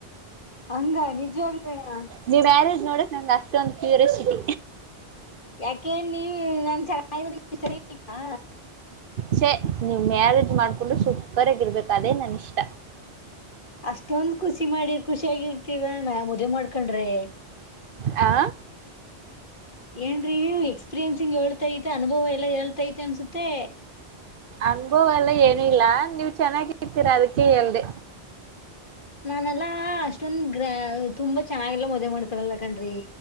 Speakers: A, on the left; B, on the right.
A: ಹಂಗ ನಿಜವಾಗಲೂ ನೆನಾ.
B: ನೀವ್ ಮ್ಯಾರೇಜ್ ನೋಡಕ್ ನಂಗೆ ಅಷ್ಟೊಂದು ಕ್ಯೂರಿಯಸಿಟಿ.
A: ಯಾಕೆ ನೀವ ನಾ <unintelligible> ಚೆನ್ನ್ರಲ್ವಾ.
B: ಛೇ ನೀವ್ ಮ್ಯಾರೇಜ್ ಮಾಡ್ಕೊಂಡು ಸೂಪರ್ ಆಗಿರ್ಬೇಕು ಅದೇ ನನ್ ಇಷ್ಟ.
A: ಅಷ್ಟೊಂದ್ ಖುಷಿ ಮಾಡಿ ಖುಷಿಯಾಗಿರ್ತೀವಾ ನಾವ್ ಮದುವೆ ಮಾಡ್ಕೊಂಡ್ರೆ.
B: ಹಾ.
A: ಏನ್ರೀ ಎಕ್ಸ್ಪೀರಿಯನ್ಸಿಂಗ್ ಹೇಳ್ತಾಐತೆ ಅನುಭವ ಎಲ್ಲಾ ಹೇಳ್ತೈತೆ ಅನ್ಸುತ್ತೆ.
B: ಅನ್ಭವ ಎಲ್ಲ ಏನು ಇಲ್ಲಾ ನೀವ ಚೆನ್ನಾಗಿರ್ತೀರಾ ಅದಕ್ಕೆ ಹೇಳ್ದೆ.
A: ನಾನೆಲ್ಲಾ ಅಷ್ಟೊಂದ ಗ್ರ ತುಂಬಾ ಚೆನ್ನಾಗೆಲ್ಲ ಮದುವೆ ಮಾಡ್ಕೊಳಲ್ಲ ಕಣ್ರಿ.